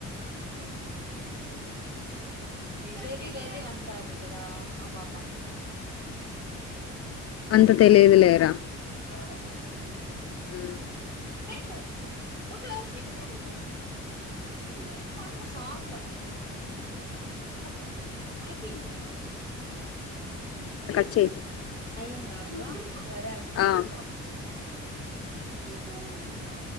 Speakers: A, on the right; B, on the left.
A: గోబీ గోబి అంటారు కదా ఆ పాప
B: అంత తెలిదు లేరా
A: <inaudible>
B: మ్
A: ఏయ్ ఒకఐదు నిమిషాలు మీ సాబల్ <unintelligible> అయిపోయింద్రా
B: చె
A: ఐదుందా అక్క సరే అక్క
B: ఆ
A: చాలది